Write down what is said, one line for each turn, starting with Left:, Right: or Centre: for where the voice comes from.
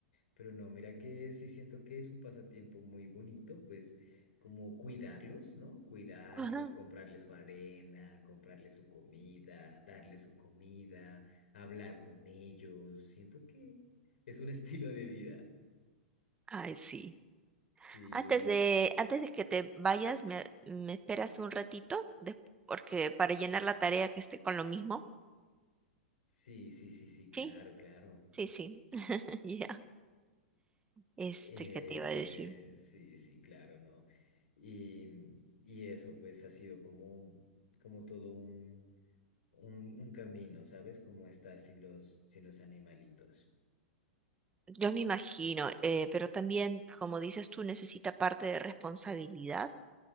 Left: Pero no, mira que sí siento que es un pasatiempo muy bonito, pues como cuidarlos, ¿no? Cuidarlos,
Right: Ajá.
Left: comprarles su arena, comprarles su comida, darles su comida, hablar con ellos. Siento que es un <laughs> estilo de vida.
Right: Ay, sí.
Left: Sí,
Right: Antes
Left: uno ya.
Right: de, antes de que te vayas, me, me esperas un ratito, de- porque para llenar la tarea que esté con lo mismo.
Left: Sí, sí, sí, sí, claro,
Right: Sí,
Left: claro.
Right: sí, sí. <laughs> Ya. Este,
Left: Eh,
Right: ¿qué te iba a decir?
Left: sí, sí, claro, ¿no? Y, y eso pues ha sido como, como todo un, un, un camino, ¿sabes? Como estar sin los, sin los animalitos.
Right: Yo me imagino, eh, pero también, como dices tú, necesita parte de responsabilidad.